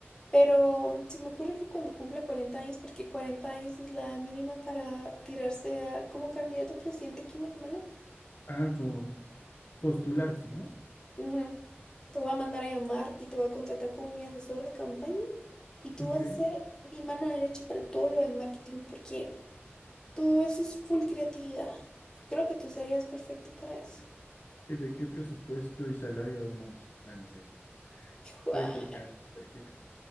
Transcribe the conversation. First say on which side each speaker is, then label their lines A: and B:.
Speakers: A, on the left; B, on the left.
A: Pero se me ocurre que cuando cumpla 40 años, porque 40 años es la edad mínima para tirarse a como candidato a presidente aquí en Guatemala,
B: Ah, como postularse, ¿no?
A: ujú, Te voy a mandar a llamar y te voy a contratar como mi asesor de campaña Y tú
B: Ok.
A: vas a ser mi mano derecha para todo lo de marketing, porque todo eso es full creatividad. Y creo que tú serías perfecto para eso.
B: ¿Y de qué presupuesto y salario hablamos? No, no es cierto.
A: Juan.
B: Estoy jugando, estoy jugando.